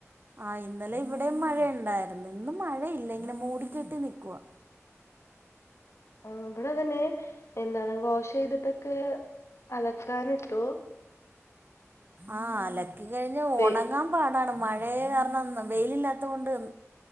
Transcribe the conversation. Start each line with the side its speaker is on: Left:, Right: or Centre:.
Right: ആഹ് ഇന്നലെ ഇവടെയും മഴയിണ്ടായിരുന്ന് ഇന്ന് മഴയില്ലെങ്കിലും മൂടിക്കെട്ടി നൽക്കുവാ
Left: ആഹ് ഇവടെതന്നെ എന്താണ് വാഷ് ചെയ്തിട്ടൊക്കെ അലക്കാ നിട്ടു
Right: ആഹ് അല‌ക്കി കഴിഞ്ഞ
Left: വെ
Right: ഒണങ്ങാൻ പാടാണ് മഴയ കാരണം വെയിലില്ലാത്തത് കൊണ്ട്